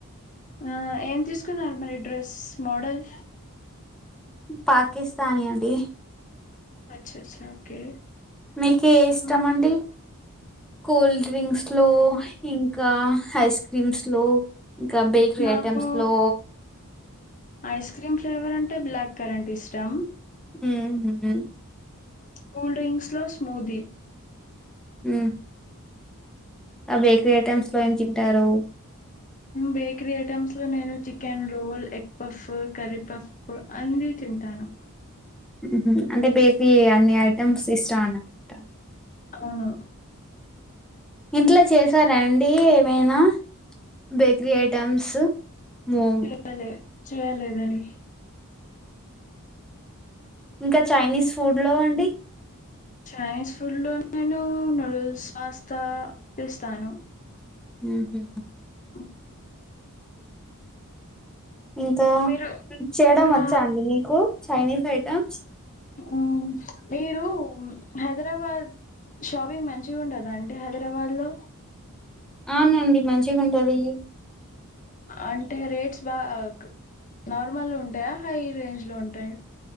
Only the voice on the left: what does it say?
ఆ ఏం తీసుకున్నారు మరి డ్రెస్ మోడల్
అచ్చ అచ్చ ఓకే
మ్మ్
నాకు
ఐస్ క్రీమ్ ఫ్లేవర్ అంటే బ్లాక్ కరెంట్ ఇష్టం
కూల్ డ్రింక్స్ లో స్మూదీ
బేకరీ ఐటమ్స్ లో నేను chicken roll egg puff curry puff అన్ని తింటాను
అవునా
చేయాలె చేయాలేదని
చైనీస్ ఫుడ్ లో నేను నూడిల్స్ పాస్తా చేస్తాను
అ
మీరు
ఇంకా
ఉం మీరు హైదరాబాద్ షాపింగ్ మంచిగుంటదా అంటే హైదరాబాద్ లో
అంటే రేట్స్ బా క్ నార్మల్ ఉంటయా హై రేంజ్ లో ఉంటయా